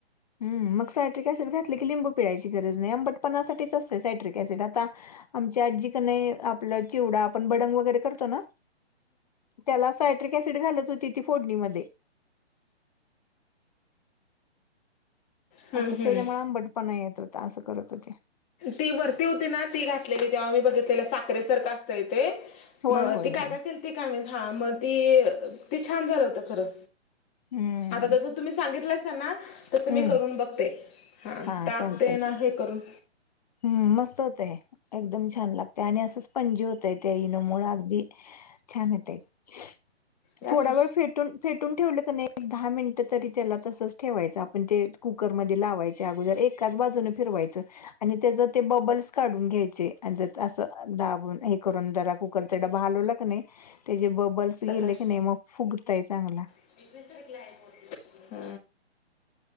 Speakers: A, on the left; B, on the left.
A: हम्म... मग सायट्रिक ऍसिड घातले की लिंबू पिळायची गरज नाही. आंबटपणासाठीच असतं सायट्रिक ऍसिड आता आमची आजी की नाई, आपलं चिवडा.. आपण बडंग वगैरे करतो ना त्याला सायट्रिक ॲसिड घालत होती ती फोडणीमध्ये
B: हम्म
A: असं
B: हम्म
A: त्याच्यामुळे आंबटपणा येत होता, असं करत होती
B: ती वरती होती ना... ती घातलेली, तेव्हा मी बघितलेलं साखरे सारखं असतंय ते
A: होय,
B: मग
A: होय,
B: ती काय
A: होय.
B: काय केलती... काय माहीत... हां मग ती... ती छान झालं होतं खरं
A: हं,
B: आता जसं तुम्ही सांगितलं असं ना, तसं
A: हं.
B: मी करून बघते हा...
A: हां,
B: टाकते
A: चालतंय
B: ना
A: की.
B: हे करून
A: हम्म... मस्त होतंय... एकदम छान लागतं आणि असंच स्पंजी होतंय त्या इनोमुळे अगदी छान ए <unintelligible>
B: या
A: थोड्या
B: की
A: वेळ फेटून... फेटून ठेवलं की नई... एक दहा मिनिटं तरी त्याला तसंच ठेवायचं आप ते कुकरमध्ये लावायचे अगोदर एकाच बाजूनं फिरवायचं आणि त्याचं ते बबल्स काढून घ्यायचे... आणि जसा दाबून... हे करून जरा कुकर ते डब्बा हालवला का नाई... त्याचे बबल्स गेले
B: सकाळी
A: की नई, मग फुगताय चांगला
B: <unintelligible>